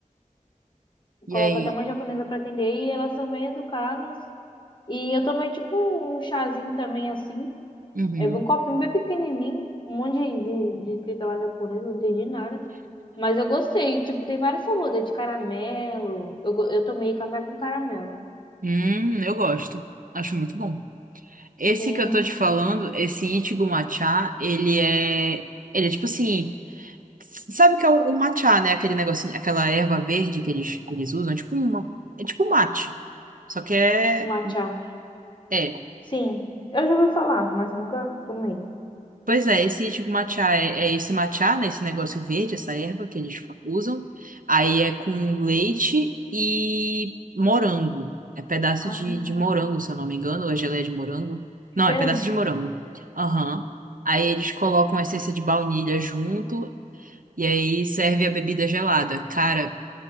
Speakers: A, on the right; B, on the left.
A: E
B: colocam
A: aí?
B: até uma japonesa pra atender e elas são bem educadas. E eu tomei tipo um chazinho também assim,
A: Uhum.
B: é um copinho bem pequenininho, um monte de, de, de escrita lá japonesa, não entendi nada. Mas eu gostei. Tipo, tem vários sabores, é de caramelo. Eu, go- eu tomei café com caramelo.
A: Hum, eu gosto. Acho muito bom. Esse
B: Sim,
A: que eu tô te falando, esse Ichigo Matcha, ele é. Ele é tipo assim. Sabe o que é o, o matcha, né? Aquele negocinho, aquela erva verde que eles, que eles usam. É tipo uma. É tipo um mate. Só que é.
B: matcha.
A: É,
B: Sim, eu já ouvi falar, mas nunca tomei.
A: Pois é, esse tipo matcha é, é esse matcha, né? Esse negócio verde, essa erva que eles fa- usam. Aí é com leite e morango. É pedaço
B: Ah,
A: de, de morango, se eu não me engano, ou é geleia de morango. Não,
B: diferente.
A: é pedaço de morango. Aham. Aí eles colocam a essência de baunilha junto e aí serve a bebida gelada. Cara,